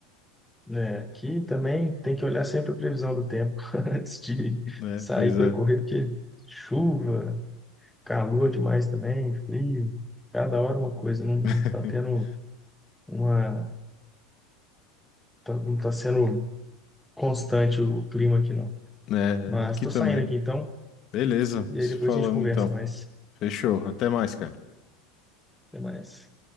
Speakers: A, in the centre; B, on the left.
A: É, aqui também tem que olhar sempre a previsão do tempo <laughs> antes de
B: né
A: sair
B: pois
A: para
B: é.
A: correr, porque chuva, calor demais também, frio, cada hora uma coisa, não
B: <laughs>
A: está tendo uma, tá- não está sendo constante o clima aqui não.
B: É,
A: Mas
B: aqui
A: estou
B: também.
A: saindo aqui então,
B: Beleza,
A: e
B: se
A: aí depois
B: falamos
A: a gente conversa
B: então.
A: mais.
B: Fechou. Até mais, cara.
A: Até mais.